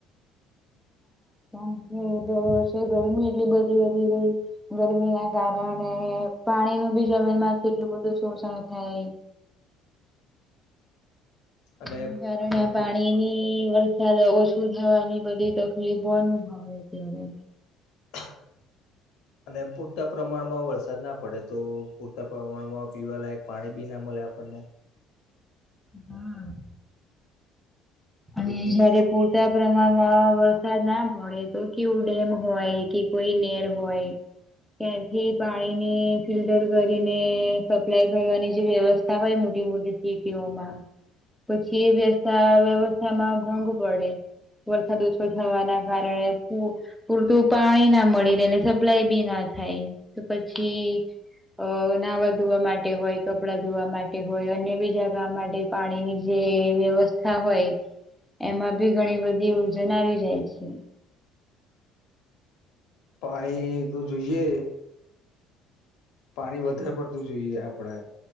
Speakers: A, on the left; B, in the centre.
A: <inaudible>
B: મ કે દર વર્ષે ગરમી એટલી બધી વધી રહી ગરમી ના કારણે પાણી નું બી જમીન માં એટલું બધું શોષણ થાય
A: અને
B: એના કારણે એમ પાણીની વરસાદ ઓછું થવાની બધી તકલીફોનુ આવે અત્યારે
A: થા. અને પૂરતા પ્રમાણમાં વરસાદ ના પડે તો પૂરતા પ્રમાણમાં પીવા લયક પાણી બી ના મળે આપણને
B: હા. અને
A: તેથી
B: જ્યારે પૂરતા પ્રમાણમાં વરસાદ ના પડે તો કેવું ડેમ હોય કે કોઈ નેર હોય ત્યાંથી પાણીની ફિલ્ટર કરીને સપ્લાય કરવાની જે વ્યવસ્થા હોય મોટી મોટી સીટીઓમાં પછી એ બે વ્યવ સામા ભંગ પડે વરસાદ ઓછો થવાના કારણે પૂરતું પાણી ના મળી રહેને સપ્લાય બી ના થાય તો પછી- અ નાહવા ધોવા માટે હોય કપડાં ધોવા માટે હોય અન્ય બીજા ગામ માટે પાણીની જે વ્યવસ્થા હોય એમાં ભી ઘણી બધી યોજન આવી જાય છે
A: પાણી તો જોઈએ પાણી વધારે પડતું જોઈએ આપડે